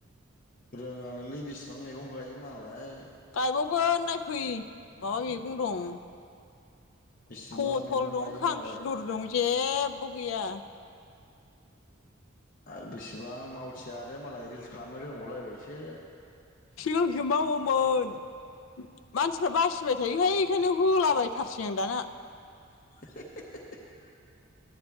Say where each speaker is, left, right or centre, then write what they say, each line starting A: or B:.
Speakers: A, on the left; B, on the left.
A: रोङानोलै बेसेबां मैगं गायो मालाय।
B: गायबावगोन नायफै माबा मैगं दं।
A: बेसेबां
B: पथल
A: मैगं
B: दं
A: गायो
B: खांखिलर
A: मालाय
B: दं जेबो गैया।
A: आरो बेसेबां मावथिया आरो मालाय रिल्स खालामनो रोंबावलायबाय सो।
B: सिगांसो मावोमोन मानसिफ्रा बासिबाय थायोहाय बेखायनो होलाबाय थारसै आं दाना।
A: <unintelligible>